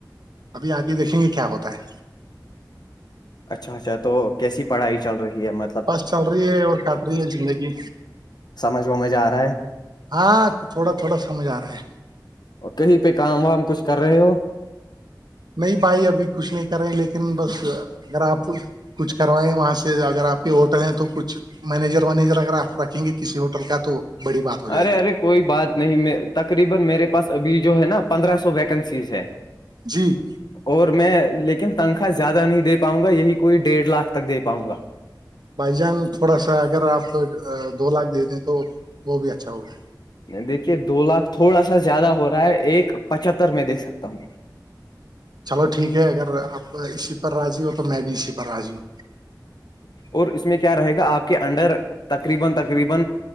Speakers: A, on the right; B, on the left.
A: ابھی آ کے دیکھیں گے کیا ہوتا ہے
B: اچھا اچھا تو کیسی پڑھائی چل رہی ہے مت
A: بس چل رہی ہے اور کٹ رہی ہے زندگی
B: سمجھ میں ج آ رہا ہے
A: ہاں تھوڑا تھوڑا سمجھ آ رہا ہے
B: اور کہیں پہ کام وام کچھ کر رہے ہو
A: نہیں بھائی ابھی کچھ نہیں کر رہے لیکن بس اگر آپ کچھ کروائیں وہاں سے اگر آپ کے ہوٹل ہیں تو کچھ مینیجر ونییجر اگر آپ رکھیں گے کسی ہوٹل کا تو بڑی بات ہو جائے
B: ارے
A: گی
B: ارے کوئی بات نہیں تقریبا میرے پاس ابھی جو ہے نا پندرہ سو ویکنسیز ہے
A: جی
B: اور میں لیکن تنخوا زیادہ نہیں دے پاؤں گا یہی کوئی ڈیڑھ لاکھ تک دے پاؤں گا
A: بائی جان تھوڑا سا اگر آپ دو لاکھ دے دیں تو وہ بھی اچھا ہوگا
B: دیکھیے دو لاکھ تھوڑا سا زیادہ ہو رہا ہے ایک پچتر میں دیکھ سکتا ہوں
A: چلو ٹھیک ہے اگر آپ اسی پر راضی ہو تو میں بھی اسی پر رضی ہوں
B: اور اس میں کیا رہے گا آپ کے انڈر تقریباقریبا